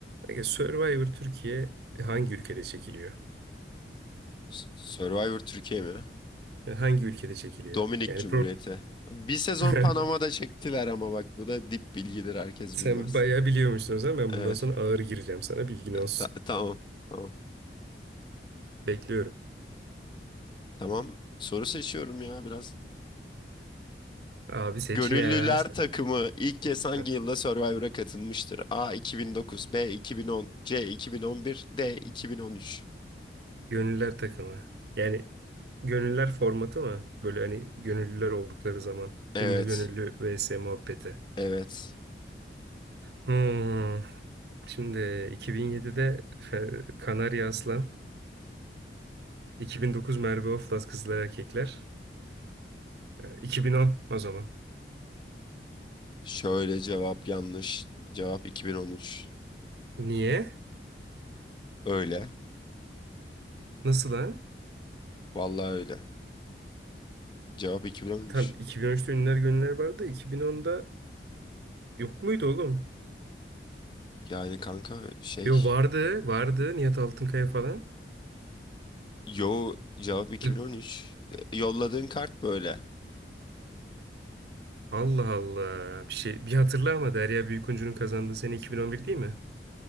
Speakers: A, on the right (about 65°); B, on the left (about 25°).
A: Aga Survivor Türkiye hangi ülkede çekiliyor?
B: S- Survivor Türkiye mi?
A: Hangi ülkede çekiliyor?
B: Dominik
A: Yani
B: Cumhuriyeti. Bir sezon
A: <laughs>
B: Panama'da çektiler ama bak bu da dip bilgidir herkes
A: Sen
B: bilmez.
A: bayağı biliyormuşsun o zaman ben
B: Evet,
A: bundan sonra ağır gireceğim sana bilgin olsun.
B: ta- tamam, tamam.
A: Bekliyorum.
B: Tamam, soru seçiyorum ya biraz.
A: Abi seç
B: Gönüllüler
A: ya sen.
B: takımı ilk kez hangi
A: Heh.
B: yılda Survivor'a katılmıştır? A 2009, B 2010, C 2011, D 2013.
A: Gönüller takımı. Yani gönüller formatı mı? Böyle hani gönüllüler oldukları zaman.
B: Evet,
A: Ünlü gönüllü vs muhabbeti.
B: evet.
A: Hmm. Şimdi 2007'de e, Kanarya Aslan. 2009 Merve Oflaz Kızlar Erkekler. E, 2010 o zaman.
B: Şöyle cevap yanlış. Cevap 2013.
A: Niye?
B: Öyle.
A: Nasıl lan?
B: Vallahi öyle. Cevap 2013.
A: Tam 2013'te Ünlüler Gönüller vardı. 2010'da yok muydu oğlum?
B: Yani kanka şey
A: Yo vardı, vardı Nihat Altınkaya falan.
B: yo cevap 2013.
A: E,
B: E, Yolladığın kart böyle.
A: Allah Allah. Bir şey bir hatırla ama Derya Büyükuncu'nun kazandığı sene 2011 değil mi?